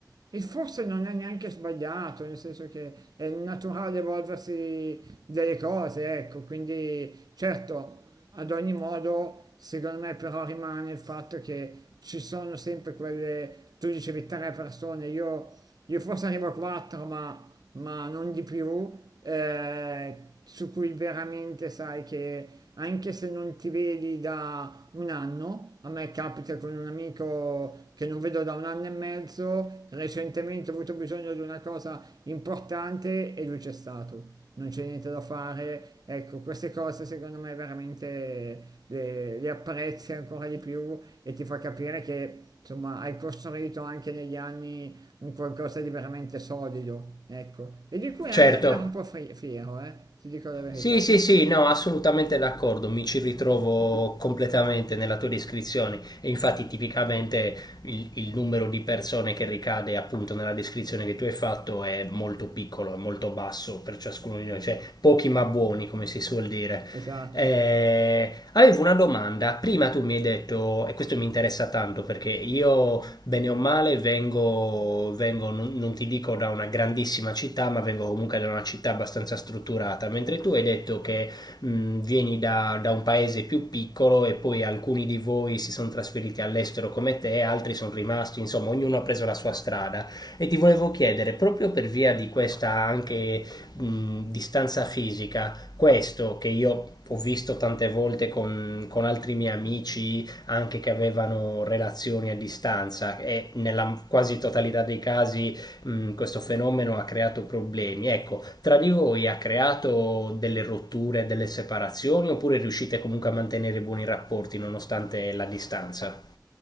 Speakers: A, on the right; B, on the left.
A: e forse non è neanche sbagliato, nel senso che è naturale evolversi delle cose, ecco. Quindi, certo, ad ogni modo, secondo me però rimane il fatto che ci sono sempre quelle, tu dicevi tre persone, io, io forse arrivo a quattro, ma ma non di più, eh, su cui veramente sai che anche se non ti vedi da un anno, a me capita con un amico che non vedo da un anno e mezzo, recentemente ho avuto bisogno di una cosa importante e lui c'è stato non c'è niente da fare. Ecco, queste cose secondo me veramente le, le apprezzi ancora di più e ti fa capire che insomma hai costruito anche negli anni un qualcosa di veramente solido, ecco, e di cui
B: Certo,
A: anche andare un po' fri- fiero, eh, ti dico la verità.
B: Sì,
A: Sì.
B: sì, sì, no, assolutamente d'accordo, mi ci ritrovo completamente nella tua descrizione e infatti tipicamente il, il numero di persone che ricade appunto nella descrizione che tu hai fatto è molto piccolo, è molto basso per ciascuno di noi, cioè pochi ma buoni come si suol dire.
A: Esatto.
B: Eh, avevo una domanda, prima tu mi hai detto, e questo mi interessa tanto perché io bene o male, vengo, vengo non, non ti dico da una grandissima città, ma vengo comunque da una città abbastanza strutturata, mentre tu hai detto che mh, vieni da, da un paese più piccolo e poi alcuni di voi si sono trasferiti all'estero come te, altri sono rimasti, insomma, ognuno ha preso la sua strada. E ti volevo chiedere, proprio per via di questa anche mh, distanza fisica, questo che io ho visto tante volte con, con altri miei amici anche che avevano relazioni a distanza e nella quasi totalità dei casi mh, questo fenomeno ha creato problemi. Ecco, tra di voi ha creato delle rotture, delle separazioni oppure riuscite comunque a mantenere buoni rapporti nonostante la distanza?